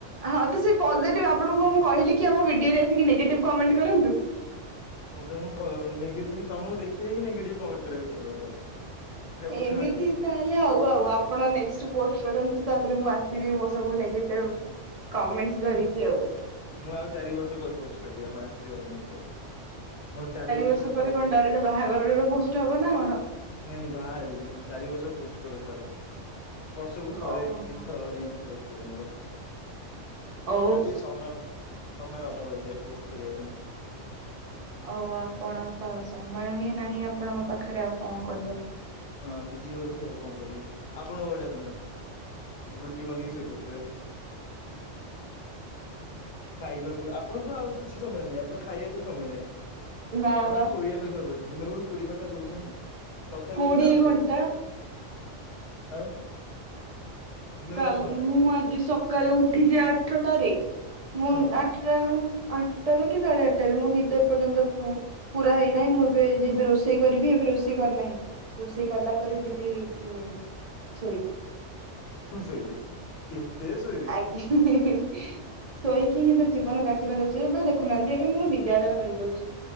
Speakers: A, on the right; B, on the left.
A: ହଁ ତ ସେ ପଜିଟିଭ ଆପଣଙ୍କୁ ମୁଁ କହିଲି କି ଆମ ଭିଡିଓରେ ଟିକେ ନେଗେଟିଭ କମେନ୍ଟ କରନ୍ତୁ?
B: ହଁ ତ ମୁଁ ନେଗେଟିଭ ତମକୁ ଦେଖିଲେ ହିଁ ନେଗେଟିଭ କମେଣ୍ଟ କରିବାକୁ ଇଚ୍ଛା ହୁଏ ମୋର ଏଇଟା ବୁଝୁନାହାନ୍ତି।
A: ଏମିତି ତାହେଲେ ଆଉ ଆଉ ଆପଣ ନେକ୍ଟ ପୋଷ୍ଟ କରନ୍ତୁ ତା ତାରେ ମୁଁ ଆସିବି ମୋ ସବୁ ନେଗେଟିଭ କମେଣ୍ଟସ ଧରିକି
B: ହୁଁ
A: ଆଉ
B: ମୁଁ ଆଉ ଚାରି ବର୍ଷ ପରେ ପୋଷ୍ଟ କରିବି ଆପଣ ଆସିବେ ଆଉ ନେଇକି ଆଉ ମୋର ଚାରି ବର୍ଷରେ
A: ବର୍ଷ
B: ଥରେ
A: ପରେ କଣ
B: ପୋଷ୍ଟ
A: ଡାଇରେକ୍ଟ ବାହାଘରର ପୋଷ୍ଟ ହବ ନା କଣ?
B: ନାଇଁ ନାଇଁ ବାହା ହେବିନି ମୁଁ ଚାରି ପୋଷ୍ଟ କରି ଥରେ ବର୍ଷକୁ ଥରେ
A: ଓହୋ
B: ଦିଇଥର ଏମତି ପୋଷ୍ଟ ହୁଏ ମୋର।
A: ଓଉ।
B: ମତେ ଟିକେ ସମୟ ସମୟ ଅଭାବ ହେଇଯାଏ ଅଜି ପୋଷ୍ଟ କରିବା ପାଇଁ।
A: ଓ ଆପଣ ତ ସମୟ ହିଁ ନାହିଁ ଆପଣଙ୍କ ପାଖରେ ଆଉ କଣ କହିବା।
B: ହଁ ବିଜି ରହୁଛି ଆଉ କଣ କରିବି ଆପଣଙ୍କ ଭଳିଆ ଥୋଡି ନା ରୁଟି ବନେଇକି ଶୋଇପଡ଼ିଥିବେ ଖାଇବାକୁ ଆପଣ ତ ଆଉ କିଛି ସମୟ ନାହିଁ ଆପଣ ଖାଇବାକୁ ବି ସମୟ ନାହିଁ
A: ନା
B: ଆପଣ
A: ବା
B: ଶୋଇବା ପାଇଁଛନ୍ତି ଦିନକୁ କୋଡିଏ ଘଣ୍ଟା ଶୋଉଛନ୍ତି ତଥାପି କହୁଛନ୍ତି
A: କୋଡ଼ିଏ
B: ଆହୁରି
A: ଘଣ୍ଟା
B: ଶୋଇବି ଆଉ ଦିନକୁ
A: କାଲି
B: ଦଶ ଘଣ୍ଟା
A: ମୁଁ ଆଜି ସକାଳେ ଉଠିଛି ଆଠଟାରେ ମୁଁ
B: ହଁ
A: ନ୍ ଆଠଟା ଆଟଟାରେ ସାଢେ ଆଠଟାରେ ମୁଁ ନିଦ ପର୍ଯ୍ୟନ୍ତ ପୁରା ହେଇନାହିଁ ମୁଁ ଏବେ ଯିବି ରୋଷେଇ କରିବି ଏବେ ରୋଷେଇ କରିନାହିଁ ରୋଷେଇ କଲା ପରେ ଯିବି ଉଁ ଶୋଇିବି
B: ପୁଣି ଶୋଇବେ କେତେ ଶୋଇବେ
A: ଆଜ୍ଞା। ଶୋଇକି ହିଁ ତ ଜୀବନ କାଟିବାର ଅଛି ଏବେ ଦେଖୁନାହାନ୍ତି ଏବେ ମୋର ବିଦ୍ୟାଳୟ ରହିଯାଉଛି।